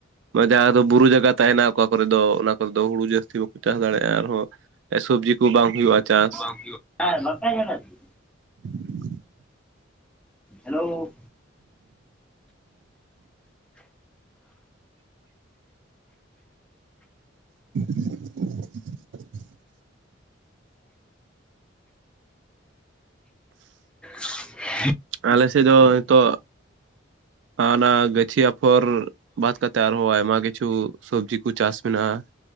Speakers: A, on the right (about 65°); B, in the centre.
A: ᱡᱟᱦᱟᱸ ᱫᱚ ᱵᱩᱨᱩ ᱡᱟᱭᱜᱟ ᱛᱟᱦᱮᱸᱱᱟ, ᱚᱠᱟ ᱠᱚᱨᱮ ᱫᱚ ᱚᱱᱟ ᱠᱚᱨᱮ ᱫᱚ ᱦᱩᱲᱩ ᱡᱟᱹᱥᱛᱤ ᱵᱟᱠᱚ ᱪᱟᱥ ᱫᱟᱲᱮᱭᱟᱜᱼᱟ ᱟᱨᱦᱚᱸ ᱥᱚᱵᱽᱡᱤ ᱠᱚ ᱵᱟᱝ ᱦᱳᱭᱳᱜᱼᱟ ᱪᱟᱥ
B: <unintelligible> <unintelligible>
A: <inaudible> <inaudible>
B: ᱦᱮᱞᱳᱻ᱾
A: <inaudible> <inaudible>
B: <inaudible> <inaudible>
A: ᱟᱞᱮᱥᱮᱫ ᱫᱚ ᱱᱤᱛᱚᱜ ᱚᱱᱟ ᱜᱟᱹᱪᱷᱤ ᱟᱯᱷᱚᱨ ᱵᱟᱫ ᱠᱟᱛᱮᱫ ᱟᱨᱦᱚᱸ ᱟᱭᱢᱟ ᱠᱤᱪᱷᱩ ᱥᱚᱵᱽᱡᱤ ᱠᱚ ᱪᱟᱥ ᱢᱮᱱᱟᱜᱼᱟ